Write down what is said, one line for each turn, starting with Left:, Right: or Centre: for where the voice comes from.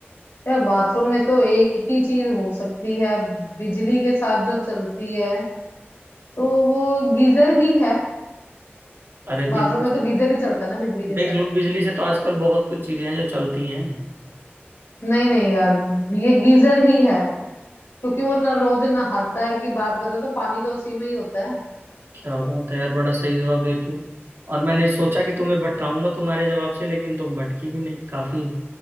Left: यार बाथरूम में तो एक ही चीज हो सकती है बिजली के साथ जो चलती है तो वो गीजर ही है
Right: अरे
Left: बाथरूम
Right: बिजली
Left: में
Right: से
Left: तो गीजर ही चलता है ना बिजली के
Right: देख
Left: साथ
Right: लो बिजली से तो आजकल बहुत कुछ चीजें हैं जो चलती हैं
Left: नहीं नहीं यार ये गीजर ही है क्योंकि वो ना रोज नहाता है कि बात करो तो पानी तो उसी में ही होता है
Right: क्या बात है यार बड़ा सही जवाब देती हो और मैंने सोचा कि तुम्हें भटकाऊंगा तुम्हारे जवाब से लेकिन तुम भटकी भी नहीं काफी